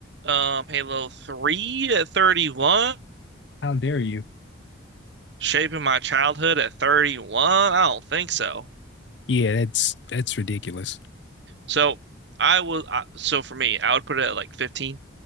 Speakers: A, on the right (about 60°); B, on the left (about 60°).
A: Um, Halo 3 at 31,
B: How dare you?
A: shaping my childhood at 31. I don't think so.
B: Yeah, that's that's ridiculous.
A: So I was I, so for me, I would put it at like 15